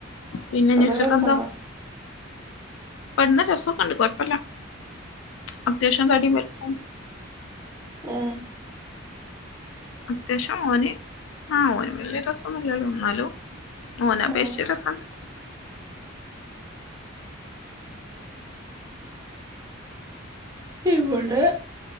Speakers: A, on the left (about 70°); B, on the right (about 15°).
A: പിന്നെന്ച്ചക്കെന്താ?
B: നല്ല രസണ്ടോ
A: പെണ്ണ് രസക്കെണ്ട് കൊഴപ്പല്ല അത്യാവശ്യം തടി വലുപ്പും.
B: ഏഹ്
A: അത്യാവശ്യം ഓന് ആഹ് ഓന് വലിയ രസം ഒന്നുല്ലല്ലോ എന്നാലോ ഓന്നെ അപേഷിച്ച്
B: ആഹ്
A: രസണ്ട്.
B: ഇവിടെ